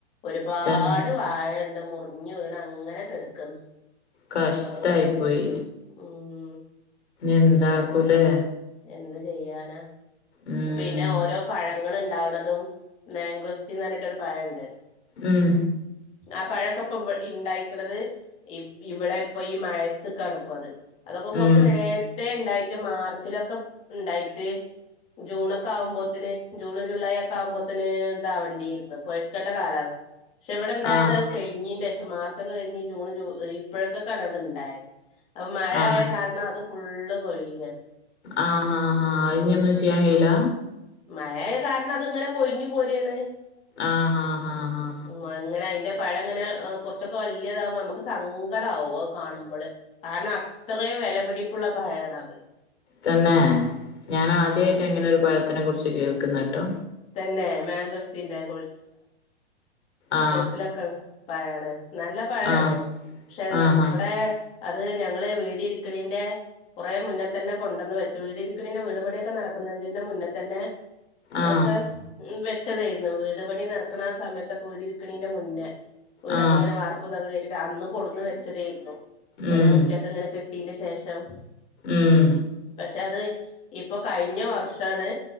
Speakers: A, on the left; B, on the left.
A: ഒരുപാട്
B: തന്നെ
A: വാഴണ്ട് മുറിഞ്ഞു വീണ് അങ്ങനെകെടക്ക്ന്ന്.
B: കഷ്ടായി പോയി.
A: ഉം.
B: എന്താക്കുലേ.
A: നല്ല എന്ത് ചെയ്യാനാ.
B: ഉം
A: പിന്നെ ഓരോ പഴങ്ങൾ ഇണ്ടാവ്ണതും മാങ്കോസ്റ്റിൻ പറഞ്ഞിട്ടൊരു പഴണ്ട്.
B: ഉം.
A: ആഹ് പഴക്കപ്പം ഇവിടെ ഇണ്ടായിക്കണത്. ഇ ഇവിടെ ഇപ്പൊ ഈ മഴത്ത്ക്കാണ് ഇപ്പ അത്. അതൊക്കെ കുറച്ച്
B: ഉം
A: നേരത്തെ ഇണ്ടായിട്ട് മാർച്ചിലൊക്കെ ഇണ്ടായിട്ട് ജൂണൊക്കെ ആകുമ്പോത്തിന്. ജൂണ് ജൂലൈ ഒക്കെ ആകുമ്പോത്തിന് ദാവണ്ടീർന്ന് പഴ്കെണ്ട കാലാവസ്ഥ പക്ഷെ ഇവിടെ ഇണ്ടായത്
B: ആഹ്
A: അയ് കഴിഞ്ഞീന്റെ ശേഷം മാർച്ചൊക്കെ കഴിഞ്ഞ് ജൂൺ ജൂ ഇപ്പോഴക്കൊക്കാണ് അത് ഇണ്ടായത്. അപ്പൊ മഴ
B: ആഹ്
A: ആയ കാരണം അത് ഫുള്ള് കൊഴിയാണ്.
B: ആഹ് ആഹ് ആഹ് അയ്ഇനി ഒന്നും ചെയ്യാൻ കഴിയില.
A: മഴായ കാരണം അത് ങ്ങനെ കൊഴിഞ്ഞു പോരാണ്.
B: ആഹ് ഹാ ആഹ ഹ
A: ഉം എങ്ങനെ അയിന്റെ പഴംങ്ങനെ കുറച്ചൊക്കെ വലിയതാകുമ്പോ നമുക്ക് സങ്കടവും അത് കാണുമ്പോള് കാരണം അത്രയും വിലപിടിപ്പുള്ള പഴണത്
B: തന്നെ ഞാൻ ആദ്യായിട്ട ഇങ്ങനെ ഒരു പഴത്തിനെ കുറിച്ച് കേൾക്കുന്നെട്ടോ.
A: തന്നെ മാങ്കോസ്ത്തിന്റെ <unintelligible>
B: ആ
A: ഗൾഫിലൊക്കെള്ള പഴാണ് നല്ല പഴാണ്
B: ആ
A: പക്ഷെ
B: ആഹാ
A: ഇവിടെ. അത് ഞങ്ങള് വീട് ഇരിക്കണേന്റെ കുറേ മുന്നെ തന്നെ കൊണ്ടന്ന് വെച്ചു വീടി ഇരിക്കണിന്റെ വീട്പണിയൊക്കെ നടക്കുന്നതിന്റെ മുന്നെ തന്നെ
B: ആ
A: ഒക്കെ ഉം വെച്ചതെർന്ന് വീട്പണി നടക്കണ ആ ഹ് സമയത്തൊക്കെ വീട് ഇരിക്കണീന്റെ മുന്നേ. വീടൊക്കെ
B: ആ ആ
A: ഇങ്ങനെ വർപ്പുംഇതൊക്കെ കഴിഞ്ഞിട്ട് അന്ന് കൊട്ന്ന് വെച്ചെതെർന്നു ങ്ങനെ
B: ഉം
A: മുറ്റൊക്കെ ഇങ്ങനെ കെ കുട്ടീന്റെ ശേഷം
B: ഉം
A: പക്ഷെ അത് ഇപ്പൊ കഴിഞ്ഞ വർഷാണ്